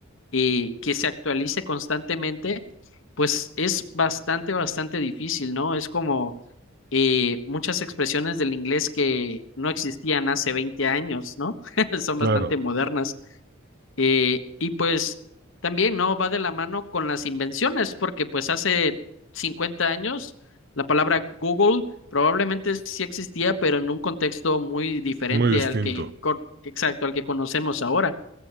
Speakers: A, on the left (about 65°); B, on the right (about 50°).
A: eh, que se actualice constantemente, pues es bastante, bastante difícil, ¿no? Es como eh, muchas expresiones del inglés que no existían hace 20 años, ¿no? <laughs> Son
B: claro,
A: bastante modernas. Eh, y pues también no va de la mano con las invenciones, porque pues hace 50 años la palabra Google probablemente sí existía, pero en un contexto muy diferente
B: muy distinto.
A: al que, co- exacto, al que conocemos ahora.